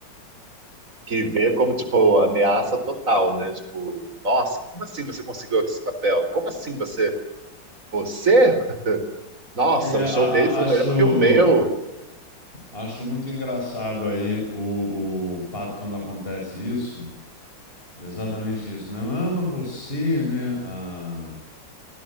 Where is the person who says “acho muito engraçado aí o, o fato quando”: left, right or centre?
Left